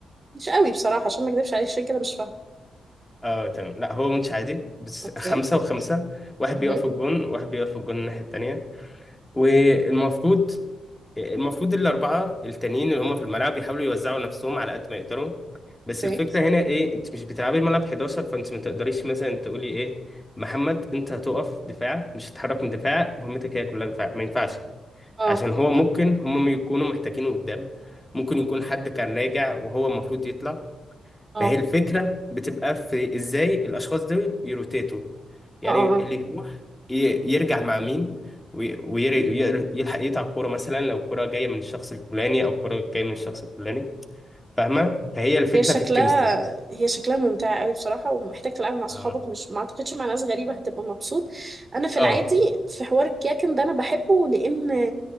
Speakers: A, on the right; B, on the left.
A: مش قوي بصراحه عشان ما اكذبش عليك عشان كده مش فاهمه
B: اه تمام لا هو ماتش عادي بس
A: اوكي
B: خمسة وخمسة واحد
A: اها
B: بيقف في الجون واحد بيقف في الجون الناحية التانية والمفروض المفروض الأربعة التانيين اللي هم في الملعب يحاولوا يوزعوا نفسهم على قد ما يقدروا بس
A: اوكي
B: الفكرة هنا إيه أنت مش بتلعبي الملعب 11 فأنت ما تقدريش مثلا تقولي إيه محمد أنت هتقف دفاع مش هتتحرك من دفاع مهمتك هي كلها دفاع ما ينفعش
A: اه
B: عشان هو ممكن هم يكونوا محتاجينه قدام ممكن يكون حد كان راجع وهو المفروض يطلع
A: اه
B: فهي الفكرة بتبقى في ازاي الاشخاص دول يروتيتوا يعني
A: اه اه
B: اللي يروح ي- يرجع مع مين ويلحق يتعب كورة مثلا لو الكورة جاية من الشخص الفلاني او الكورة جاية من الشخص الفلاني فاهمة فهي الفكرة
A: هي شكلها
B: في الكيمستري
A: هي شكلها ممتعة قوي بصراحة ومحتاج تلعبها مع صحابك
B: اه
A: مش ما اعتقدش مع ناس غريبة هتبقى مبسوط انا في
B: اه
A: العادي في حوار الكيكن ده انا بحبه لان